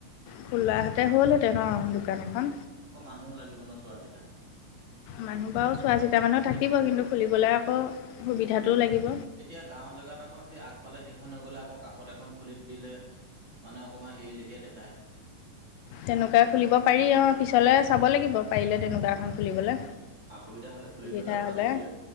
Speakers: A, on the left; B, on the right.
A: খোলাহঁতে হ'লহেঁতেন অহ, দোকান এখন।
B: আকৌ মানুহো লাগিব ন' চোৱা চিতা।
A: মানুহ বাৰু চোৱা চিতা মানুহ থাকিব কিন্তু খুলিবলৈ আকৌ সুবিধাটো লাগিব
B: উম, এতিয়া গাঁওৰ জেগাত আকৌ সেই আগফালে সেইখন হৈ গ'লে আকৌ কাষত এখন খুলি দিলে। মানে অকণমান হেৰি লেখিয়ে দেখায়।
A: তেনেকুৱা খুলিব পাৰি অহ, পিছলে চাব লাগিব পাৰিলে তেনেকুৱা এখন। খুলিবলৈ
B: উম, অসুবিধা হ'লে খুলি
A: সুবিধা
B: থলে ভাল
A: হ'লে
B: যদি